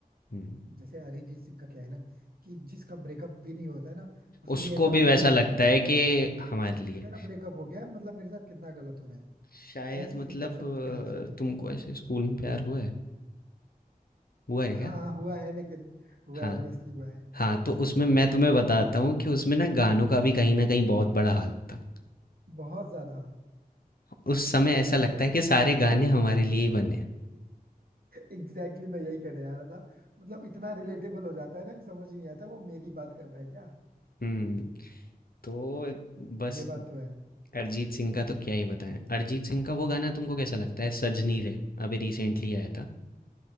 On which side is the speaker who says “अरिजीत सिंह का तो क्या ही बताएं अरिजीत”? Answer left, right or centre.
Left